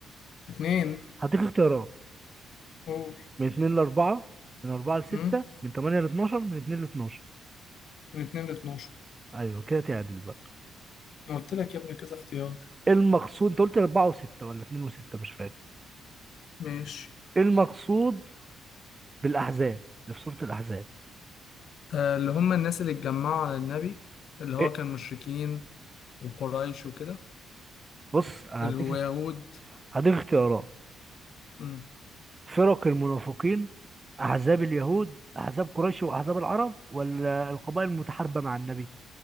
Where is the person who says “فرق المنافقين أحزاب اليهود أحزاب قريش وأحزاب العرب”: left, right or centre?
Right